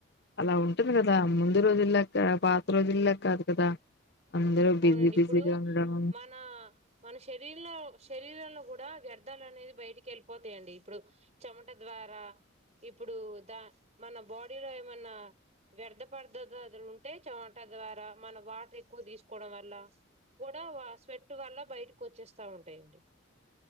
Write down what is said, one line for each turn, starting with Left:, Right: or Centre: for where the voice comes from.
Left: అలా ఉంటుంది కదా ముందు రోజులా పాత పాత రోజుల్లో కాదు కదా అందరూ బిజీ
Right: అవునండి
Left: బిజీగా
Right: ఇప్పుడు
Left: ఉండడం
Right: మన మన శరీరీలో శరీరంలో కూడా వ్యర్థాలు అనేది బయటికి వెళ్ళిపోతాయండి ఇప్పుడు చెమట ద్వారా ఇప్పుడు దా మన బాడీలో ఏమన్నా వ్యర్థ పర్దో అలు ఉంటే చమట ద్వారా మనం వాటర్ ఎక్కువ తీసు కోడం వల్ల కూడా స్వెట్ వల్ల బయటకు వచ్చేస్తా ఉంటాయండి